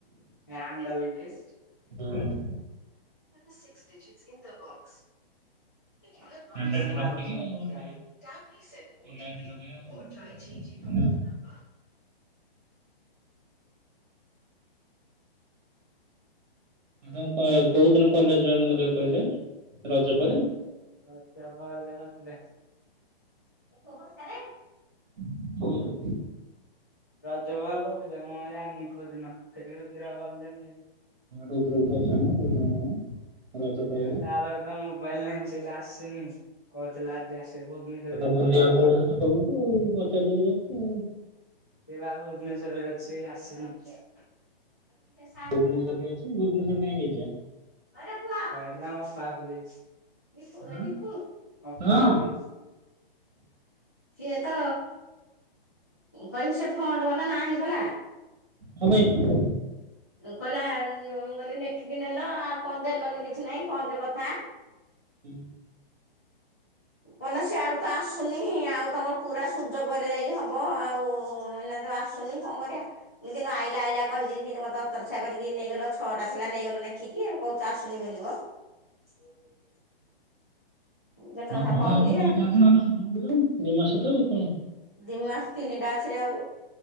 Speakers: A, on the left; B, on the right.
A: ହ୍ୟାଣ୍ଡଲ ବି।
B: ହୁଁ।
A: <unintelligible>
B: ହାଣ୍ଡେଲଟେ ରଖିକି
A: <unintelligible>
B: ଆଉ ଗୋଟେ ଏ ଲାଇଟ୍ ଲଗେଇବେ ଆଉ। ମସ୍ତିକିନା ଆଉ ଆ ତ କୋଉ ଦିନ କଲେଜ ଜଏନ୍ କରିବା କହିଲେ? ରଜ ପରେ।
A: ଆଚ୍ଛା ଘରେ ବାହାର କରିଥିଲେ।
B: କଣ କହିଲୁ?
A: ରଜ ଘର କହୁଥିଲେ ମୁଁ ଜାଣିନି କୋଦିନ। ରୁଦ୍ର ବାବା ଜାଣିଛି।
B: ରୁଦ୍ରକୁ ପଚାରୁନୁ। କୋଉଦିନ କଣ? ରଜ ତ
A: ସେଇଟ
B: ହେଲା
A: ତାର ତ ମୋବାଇଲ ନାଇଁ। ସେଇଟା ଆସିନି। କହୁଥିଲା ଆଜି ଆସିବ। ଭୁବ
B: ସେତେ ବୁଲିବାକୁ ପଳଉଛୁ ତା ପାଖକୁ। ପଚାର <unintelligible>
A: ସେ ବା ଭୁବନେଶ୍ଵରରେ ଅଛି ଆସିନି। ସାର୍ ଙ୍କ ସାଙ୍ଗରେ
B: ଭୁବନେଶ୍ୱରରେ ଅଛି ଭୁବନେଶ୍ୱର କାଇଁ ଯାଇଛି ବା।
A: ହେଇଟି ତାଙ୍କ ଅପା ଘରକୁ ଯାଇଛି। ଅପା
B: ହୁଁ।
A: ଘରକୁ
B: ହଁ
A: ଯାଇଛି। ସିଏ ତ କହିବି ସେ ଫଣ୍ଡ ବାଲା ନାହିଁ କଲା।
B: ହଁ ଭାଇ।
A: କହିଲା ମୁ କହିଲି ଲେଖିକି ନେଲ ଆଉ କଣ ଦେଲନି କିଛି ନାଇଁ ପହଞ୍ଚ କଥା।
B: ହୁଁ।
A: କଣ ସିଆଡୁ ତ ଆସୁନି। ଆଉ ତମର ପୁରା ସୂର୍ଯ୍ୟ ପଇଲେ ଯାଇକି ହବ। ଆଉ ଏଇନା ତ ଆସୁନି କଣ କରିବା? ମୁଁ କିନ୍ତୁ ଆଇଲା ଆଇଲା କହିକିନି କିନ୍ତ ମତେ ସତରଛା କରିକି ନେଇଗଲ ଛଅଟା ଥିଲା ନେଇଗଲା ନେଖିକି ଏବେ କହୁଛୁ ଆସୁନି ମିଲିବ। <unintelligible> କେତେ
B: ହଁ
A: କଥା
B: ହଁ
A: କହିଲି
B: ଆଉ ଦିଟା ଅଛି ନହେଲେ ସୁଝା ପଡିିଯାଉ ଦିଇ ମାସଠୁ ଆଉ କଣ?
A: ଦି ମାସ ତିନିଟା ଅଛିରେ ଆହୁରି।